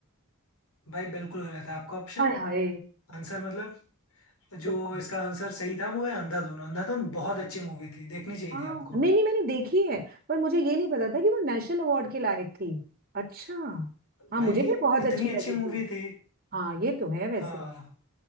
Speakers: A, on the left; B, on the right.
A: भाई बिल्कुल गलत है आपका ऑप्शन
B: हाय हाय
A: आंसर मतलब
B: तो
A: जो
B: कौन
A: इसका आंसर सही था वो है अंधाधुन अंधाधुन बहुत अच्छी मूवी थी देखनी चाहिए
B: हाँ
A: थी आपको
B: नहीं नहीं मैंने देखी है पर मुझे ये नहीं पता था कि वो नेशनल अवार्ड के लायक थी अच्छा हाँ
A: भाई
B: मुझे भी बहुत
A: इतनी
B: अच्छी
A: अच्छी
B: लगी थी
A: मूवी थी
B: हाँ ये तो है वैसे
A: हाँ